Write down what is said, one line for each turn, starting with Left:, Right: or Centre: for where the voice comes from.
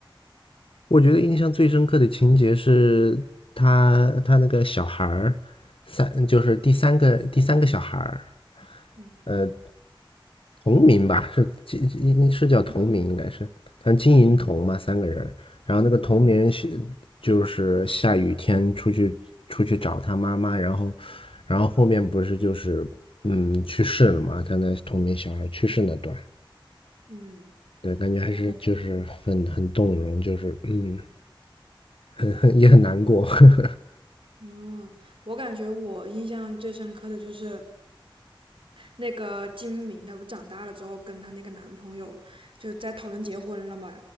Left: 我觉得印象最深刻的情节是他他那个小孩儿，三就是第三个第三个小孩儿，
Right: 嗯，
Left: 呃，同名吧，是经经是叫同名应该是，
Right: 红
Left: 他金银铜嘛，
Right: 红，
Left: 三个人儿，然后那个同名是就是下雨天出去出去找他妈妈，
Right: 嗯
Left: 然后然后后面不是就是嗯去世了嘛，他那同名小孩去世那段，
Right: 嗯，
Left: 对，感觉还是就是很很动容，
Right: 我
Left: 就是嗯。<laughs> 很很也很难过，<laughs>
Right: 嗯，我感觉我印象最深刻的就是。那个金明她不长大了之后跟她那个男朋友就在讨论结婚了嘛，